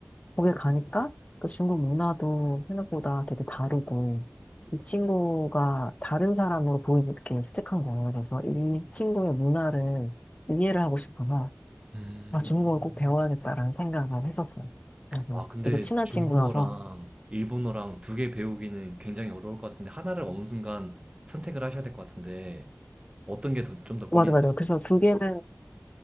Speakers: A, on the left; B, on the right.
A: 거기 가니까 그 중국 문화도 생각보다 되게 다르고 이 친구가 다른 사람으로 보이게 스틱한 거예요. 그래서 이 친구의 문화를 이해를 하고 싶어서
B: 음.
A: 아, 중국어를 꼭 배워야겠다라는 생각을 했었어요. 그래서
B: 아, 근데
A: 되게 친한
B: 중국어랑
A: 친구여서
B: 일본어랑 두 개 배우기는 굉장히 어려울 것 같은데, 하나를 어느 순간 선택을 하셔야 될 것 같은데, 어떤 게 좀 더 끌리세요?
A: 맞아 맞아. 그래서 두 개는